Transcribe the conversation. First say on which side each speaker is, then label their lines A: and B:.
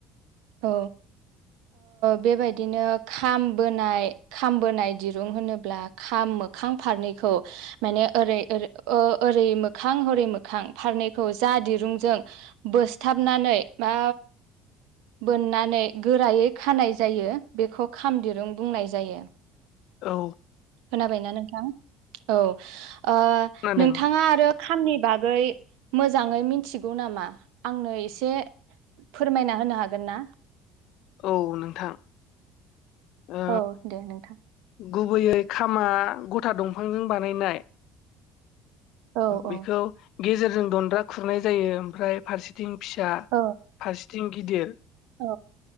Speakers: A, on the right; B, on the left.
A: औ बेबायदिनो खामबोनाय खामबोनाय दिरुं होनोब्ला खामो मोखां फारनिखौ ओरि ओ मोखां हरी मोखां दिरुंजों बोथाबनानै म बोननानै गोरायै खानाय जायो बेखौ खाम दिरुं बुंनाय जायो
B: औ
A: खोनाबायना नोंथां औ
B: खोनादों
A: नोंथाङा आरो खामनि बागै मोजाङै मिथिगौ नामा आंनो एसे फोरमायना होनो हागोन ना
B: औ नोंथां ओ
A: औ दे नोंथां
B: गुबैयै खामा गथा दंफांजों बानायनाय
A: औ
B: बेखौ
A: औ
B: गेजेरजों दनन्द्रा खुरनाय जायो ओमफ्राय फारसेथिं फिसा
A: औ
B: फारसेथिं गिदिर
A: औ